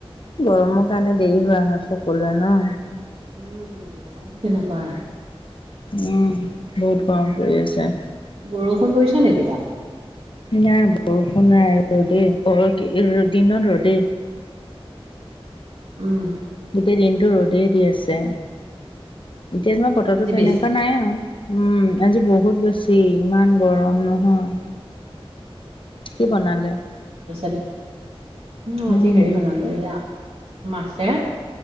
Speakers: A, on the left; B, on the right.
A: গৰমৰ কাৰণে, দেৰি হোৱা হয়, সকলোৰে ন?
B: উম, গৰম কেনেকোৱা?
A: উম, বহুত গৰম পৰি আছে।
B: বৰষুণ পৰিছে নেকি তাত?
A: নাই বৰষুণ নাই ৰ'দে, অ', দি দিনত ৰ'দে।
B: উম।
A: গোটেই দিনটো ৰ'দেই দি আছে, এতিয়া যেনিবা বতৰটো
B: আজি
A: তেনেকুৱা
B: বেছি
A: নাই আৰু। উম, আজি বহুত বেছি ইমান গৰম নহয়। কি বনালে?
B: পাচলি, অ',
A: উম।
B: আজি হেৰি বনালো এয়া মাছে,